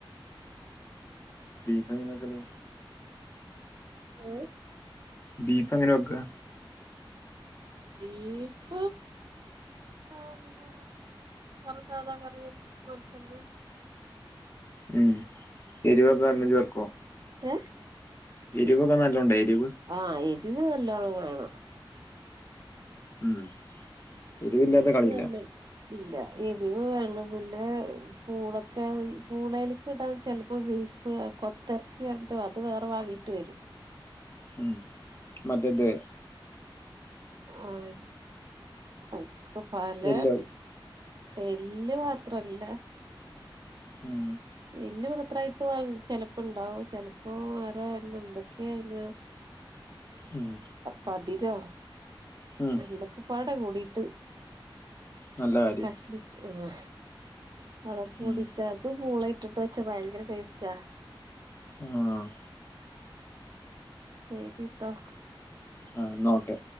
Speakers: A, on the left; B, on the right.
A: ബീഫ് എങ്ങന വെക്കല്
B: ഏഹ്
A: ബീഫ് എങ്ങനെ വെക്കുക
B: ബീഫ് അഹ് സാധാ കറി വെക്കും പോലെത്തന്നെ
A: ഉം ഇരുവ തന്നെ ചെർക്കോ
B: ഏഹ്
A: എരിവൊക്കെ നല്ലുണ്ട് എരിവ്
B: ആഹ് എരിവ് നല്ലോണം വേണം
A: ഉം എരിവില്ലാതെ
B: ബീഫ്
A: കളിയില്ല
B: നല്ല ഇല്ല എരിവ് വേണം പിന്നെ പൂളൊക്കെ പൂളലക്ക ഇടാൻ ചെലപ്പോ ബീഫ് കൊത്തിറച്ചി വെണെ തോ അത് വേറെ വാകയിട്ട് വരും
A: ഉം മറ്റ ദ്
B: ആഹ് ക്ക് പല
A: യെല്ലോ
B: എല്ല് മാത്രല്ല
A: ഉം
B: എല്ല് മാത്രവായിട്ട് വാങ്ങും ചെലപ്പം ഇണ്ടാവും ചെലപ്പോ വേറെ എന്തൊക്കെയോ <unintelligible>
A: ഉം
B: പതിരോ
A: ഉം
B: എന്തൊക്കെ പാടെ കൂടീട്ട്
A: നല്ല കാര്യം
B: കഷ്ണിച്ച് ആഹ് അതൊക്കെ കൂടിയിട്ട്
A: ഉം
B: അത് മുളകിട്ടിട്ട് വെച്ചാ ഭയങ്കര ടേസ്റ്റാ
A: ആഹ്
B: ശരിട്ടോ
A: ആ എന്നാ ഓക്കെ